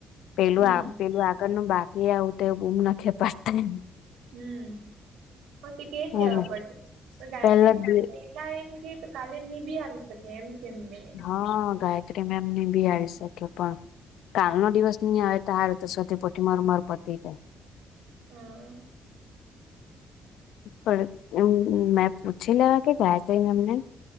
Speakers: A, on the left (about 80°); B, on the right (about 85°).
A: પેલું
B: હમ
A: પેલું આગળનું બાકી આવું તો એવું બૂમ નાખે પડતા એમ
B: હમ હ તે કે જ
A: હ
B: દેવા પડશે પણ ગાયત્રી
A: પેલા જ
B: એમ કે તો કાલે ની બી આવી શકે એમ કેમ મે
A: હા ગાયત્રી મે એમ નહી બી આવીરી શકે પણ કાલ નો દિવસ નહી આવે ત હ તો સથીઠી માર માર પતી કાય
B: હા
A: પણ મેં પૂછી લેવા કે ગયા છે એમને